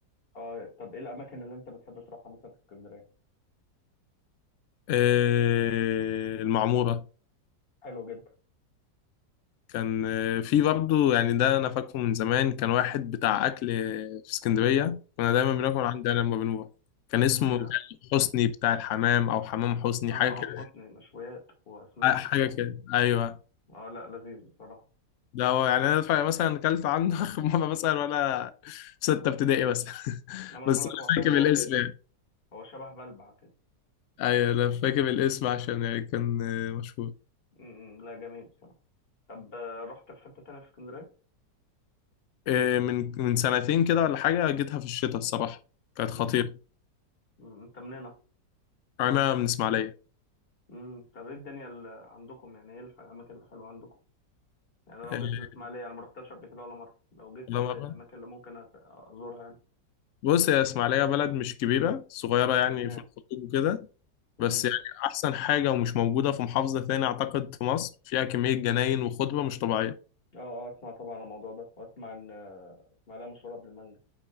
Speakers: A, on the left (about 30°); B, on the left (about 80°).
A: آه طب إيه الأماكن اللي أنت بتحب تروحها مثلا في اسكندرية؟
B: آه، المعمورة
A: حلو جدا
B: كان آه، في برضه يعني ده انا فاكره من زمان كان واحد بتاع اكل آه، في اسكندريه كنا دايما بناكل
A: اه
B: عندي انا لما بنروح كان اسمه
A: تاكل إيه يعني؟
B: حسني بتاع الحمام او حمام حسني
A: آه
B: حاجه كده
A: آه حسني مشويات وأسماك
B: آه، حاجه
A: وبتاع
B: كده ايوه
A: آه لا لذيذ بصراحة
B: ده هو يعني انا فا- مثلا اكلت عنده <laughs> اخر مره مثلا وانا في سته ابتدائي بس <laughs>
A: إنما أنا
B: بس
A: بقول لك
B: انا
A: هو حلو
B: فاكر
A: هو
B: الاسم يعني
A: هو شبه بلبع كده
B: ايوه انا فاكر الاسم عشان يعني كان آه، مشهور
A: امم لا جميل بصراحة طب آه، رحت في حتة تانية في اسكندرية؟
B: آه، من من سنتين كده ولا حاجه جيتها في الشتاء الصراحه كانت
A: امم
B: خطيره
A: أمم، أنت منين
B: انا من اسماعيليه
A: امم طب ايه الدنيا اللي عندكم يعني ايه الح- الاماكن الحلوه عندكم يعني أنا
B: آه،
A: لو جيت الاسماعيليه انا ما رحتهاش قبل كده ولا مره لو جيت
B: ولا
A: ايه الاماكن
B: مرة
A: اللي ممكن أس- ازورها يعني
B: بص يا اسماعيلية بلد مش كبيرة صغيرة يعني
A: تمام
B: في الخطوط وكده
A: امم
B: بس يعني أحسن حاجة ومش موجودة في محافظة تاني أعتقد في مصر فيها كمية جناين وخضرة مش طبيعية
A: اه اه اسمع طبعا عن الموضوع ده واسمع ان آه، اسماعيليه مشهوره بالمانجا